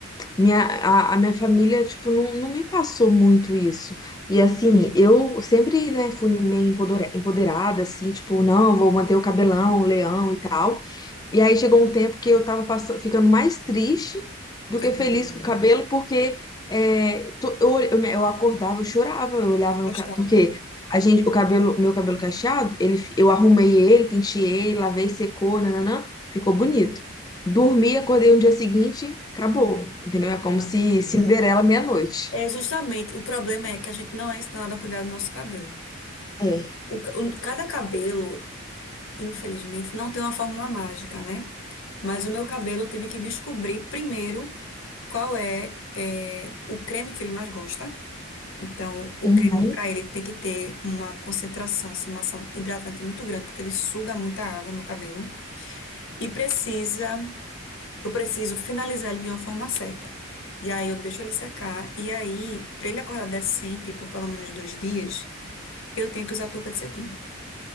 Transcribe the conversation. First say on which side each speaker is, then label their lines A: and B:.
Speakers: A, on the left; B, on the left.
A: minha, a, a minha família, tipo, não, não me passou muito isso. E, assim, eu sempre, né, fui meio empodera- empoderada, assim, tipo, não, vou manter o cabelão, leão e tal. E aí chegou um tempo que eu tava passa- ficando mais triste do
B: Tô
A: que
B: entendendo.
A: feliz com o cabelo, porque é, to- eu, eu, me- eu acordava, eu chorava, eu olhava
B: Não
A: no
B: gostava
A: cabelo, porque a gente, o cabelo, o meu cabelo cacheado, ele, fi- eu arrumei ele, penteei, lavei, secou, nananã, ficou bonito. Dormi, acordei no dia seguinte, acabou, entendeu? É como
B: da
A: se
B: minha filha.
A: Cinderela meia-noite.
B: É justamente, o problema é que a gente não é ensinado a cuidar do nosso cabelo.
A: É.
B: O, ca- o- cada cabelo Infelizmente, não tem uma fórmula mágica, né? Mas o meu cabelo eu tive que descobrir primeiro qual é, é, o creme que ele mais gosta. Então, o
A: Uhum.
B: creme para ele tem que ter uma concentração, assim, uma ação hidratante muito grande, porque ele suga muita água no cabelo. E precisa, eu preciso finalizar ele de uma forma certa. E aí eu deixo ele secar. E aí, para ele acordar decente por pelo menos dois dias, eu tenho que usar touca de cetim.